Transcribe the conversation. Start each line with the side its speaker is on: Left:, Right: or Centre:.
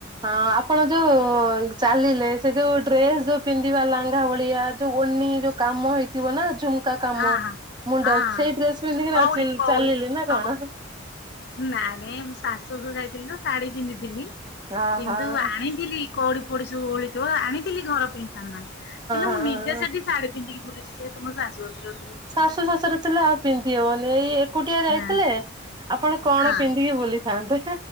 Right: ହଁ ଆପଣ ଯୋଉ ଚାଲିଲେ ସେ ଯୋଉ ଡ୍ରେସ୍ ଯୋଉ ପିନ୍ଧିବା ଲାଙ୍ଘା ଭଳିଆ ଯୋଉ ଓନି ଯୋଉ କାମ ହେଇଥିବ ନା ଝୁ କାମ
Left: ହଁ ହଁ
Right: ମୁଣ୍ଡ
Left: ହଁ ହଁ
Right: ସେଇ ଡ୍ରେସ୍ ପିନ୍ଧିକି
Left: କଉଡି
Right: ନାଚିଲି
Left: କଉଡି
Right: ଚାଲିଲେ ନା
Left: ସବୁ
Right: କଣ?
Left: ନାଇଁ ମୁଁ ଶାଶୁ ଘରକୁ ଯାଇଥିଲି ତ ଶାଢୀ ପିନ୍ଧିଥିଲି
Right: ଅହ
Left: କିନ୍ତୁ
Right: ହଁ
Left: ଆଣି ଥିଲି କଉଡି ପୋଉଡି ସବୁ ଓଳିଥିବ ଆଣିଥିଲି ଘର ପାଇଁ ସାମାନ୍। କିନ୍ତୁ
Right: ହଁ।
Left: ମୁଁ ନିଜେ ସେଠି ଶାଢୀ ପିନ୍ଧିକି ବୁଲିଚି ଯେହେତୁ ମ ଶାଶୁ, ଶଶୁର ଥିଲେ।
Right: ଶାଶୁ ଶାଶୁ ରେ ଥିଲେ ଆଉ ପିନ୍ଧି ହବନି। ଏଇ ଏକୁଟିଆ ରହିଥିଲେ
Left: ନା
Right: ଆପଣ କଣ
Left: ହଁ
Right: ପିନ୍ଧିକି ବୁଲିଥାନ୍ତେ।